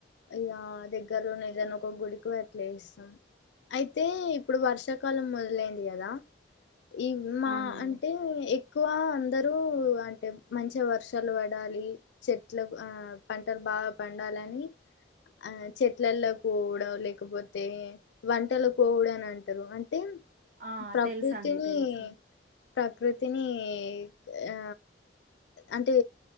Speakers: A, on the left; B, on the right.
A: ఇగా దగ్గరలో ఏదైనా ఒక గుడికి వెట్లే ఇస్తాం అయితే ఇప్పుడు వర్షాకాలం మొదలైంది కదా ఈ మా
B: అవునండి
A: అంటే ఎక్కువ అందరూ అంటే మంచిగా వర్షాలు పడాలి చెట్ల పంటలు బా బాగా పండాలని ఆ చెట్లల్లో కోవుడొ లేకపోతే వంటలు కోఉడో అని అంటారు అంటే
B: ఆ
A: ప్రకృతిని
B: తెలుసండి తెలుసు
A: ప్రకృతిని ఆ అంటే